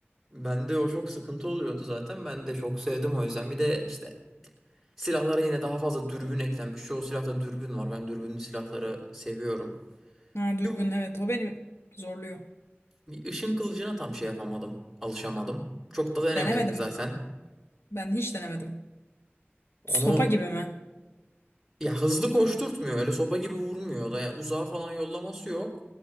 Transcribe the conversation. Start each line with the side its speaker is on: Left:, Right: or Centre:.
Centre: Bende o çok sıkıntı oluyordu zaten. Ben de çok sevdim o yüzden. Bir de işte silahlara yine daha fazla dürbün eklenmiş. Çoğu silahta dürbün var. Ben dürbünlü silahları seviyorum.
Left: Ha, dürbün
Centre: Şu bu-
Left: evet o beni zorluyor.
Centre: bir ışın kılıcına tam şey yapamadım. Alışamadım. Çok da denemedik
Left: Denemedim.
Centre: zaten.
Left: Ben hiç denemedim.
Centre: Onu
Left: Sopa gibi mi?
Centre: ya hızlı koşturtmuyor. Öyle sopa gibi vurmuyor da. Ya uzağa falan yollaması yok.